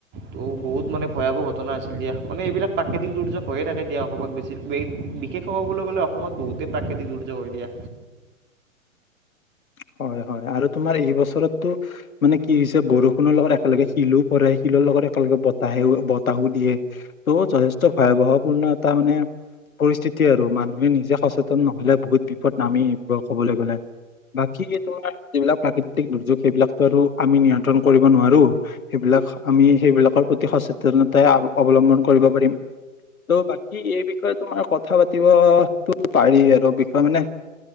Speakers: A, on the right; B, on the left.
A: ত' বহুত মানে ভয়াৱহ ঘটনা আছিল দিয়া মানে এইবিলাক প্ৰাকৃতিক দুৰ্যোগ হৈয়ে থাকে দিয়া অসমত বেছি বিশেষক ক'বলৈ গলে অসমত বহুতেই প্ৰাকৃতিক দুৰ্যোগ হৈ দিয়া।
B: <unintelligible> হয়, হয় আৰু তোমাৰ এই বছৰতটো মানে কি হৈছে বৰষুণৰ লগত একেলগে শিলো পৰে শিল বিৰ লগত একেলগে বতাহে বতাহো দিয়ে ত' যথেষ্ট ভয়াৱহপূৰ্ণ এটা মানে পৰিস্থিতি আৰু মানুহে নিজে সচেতন নহলে বহুত বিপদ নামি আহিব কবলৈ গলে বাকী তোমাৰ যিবিলাক প্ৰাকৃতিক দুৰ্যোগ সেইবিলাকতো আৰু আমি নিয়ন্ত্ৰণ কৰিব নোৱাৰো সেইবিলাক আমি সেইবিলাকৰ প্ৰতি সচেতনতাই অৱলম্বন কৰিব পাৰিম। ত' বাকী এই বিষয়ে তোমাৰ কথা পাতিবতো পাৰি আৰু বিষয়ে মানে